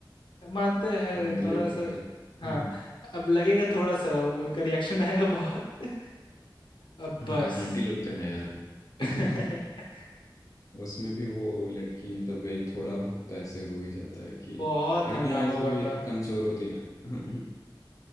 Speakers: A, on the left (about 75°); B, on the left (about 40°).
A: मानते हैं
B: आंटी
A: थोड़ा
B: लोग
A: सा
B: तो भाई
A: हाँ
B: हाँ
A: अब लगेगा थोड़ा सा उनका रिएक्शन आएगा बहुत अब
B: हाँ
A: बस
B: आंटी लोग तो हैं यार
A: <laughs>
B: <laughs> उसमें भी वो लड़की हैं तो भाई थोड़ा बहुत तो ऐसे हो ही जाता है कि
A: बहुत
B: लड़कियां
A: हंगामा
B: ऐसे
A: हुआ
B: भी
A: था
B: कमजोर होती है ना <laughs>